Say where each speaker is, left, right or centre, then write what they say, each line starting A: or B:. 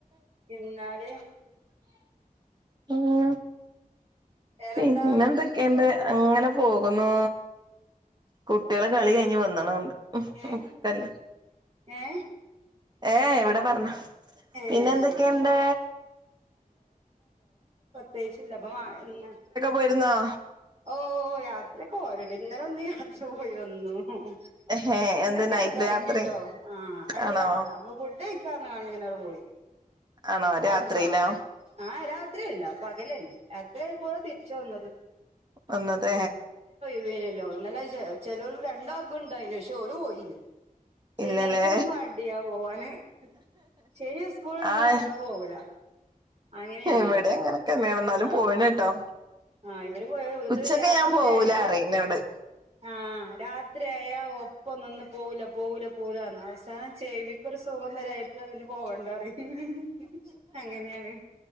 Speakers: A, on the right; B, on the right.
A: എന്നാല്
B: മ്
A: വേറെന്താ
B: പിന്നെന്തൊക്കെണ്ട് അങ്ങനെ പോകുന്നു കുട്ട്യാള് കളി കഴിഞ്ഞ് വന്ന്ണോണ്ട് ഉം
A: ഏ
B: ഊം തെന്നെ
A: ഏ
B: ഏ വ്ടെ പർഞ്ഞാ
A: ഏ
B: പിന്ന ന്തൊക്കേണ്ട്
A: ശരി തെയ്ച്ചില്ല പ്പം വാങ്ങീണ്
B: പോയിരുന്നോ
A: ഓ യാത്രൊക്കെ പോല്ണ്ട് ഇന്നെലൊന്ന് യാത്ര പോയി വന്നു മ് മ്
B: ഹേ
A: ന്നല
B: എന്ത്
A: ചെർതായിട്ട്ട്ടോ
B: നൈറ്റ് യാത്രെ
A: ആ അല്ല
B: ആണോ
A: അമ്മ ഫുഡ്ഡയ് കാർഞിങാണ്ടിങ്ങനെ പോയി
B: ആണോ
A: <unintelligible>
B: രാത്രിയിലോ
A: ത്രില്ല പകലെന്നെ രാത്രി ആയപ്പോ തിരിച്ച് വന്നത്
B: വന്നതേ
A: വ് ഏനില്ലോ ന്നലെ ചെ ചെലോല് രണ്ടാക്കും ണ്ടായിനി ക്ഷെ ഓല് പോയില്ല്യ ശനിയാഴ്ചാമ്പൊ
B: ഇല്ലല്ലേ
A: മടിയാ പോവാന് ശെനി സ്കൂൾ ണ്ടോ
B: ആഹ്
A: ന്നാ പോഊല അങ്ങനെണ്
B: ഇവിടെ
A: വടെ
B: അങ്ങനൊക്കെ തന്നെയാണ് എന്നാലും
A: ആ
B: പോയിണ് ട്ടോ
A: ആ ഇവരൊകെ പോയാല് വീട്ട്
B: ഉച്ചക്ക്
A: രാത്രി
B: ഞാൻ പോവൂല
A: ആയാല്
B: പറയും ഇന്നോട്
A: ആ രാത് ത്രി ആയ ഒപ്പം ന്ന്ന്ന് പോഉല പോഉല പോഉലർഞ് അവസാനം ചേവിക്കൊരു സുഖം തരാഞ്ട്ടാം പിന്ന പ് പോകണ്ടാ റിം <unintelligible> അങ്ങനെണ്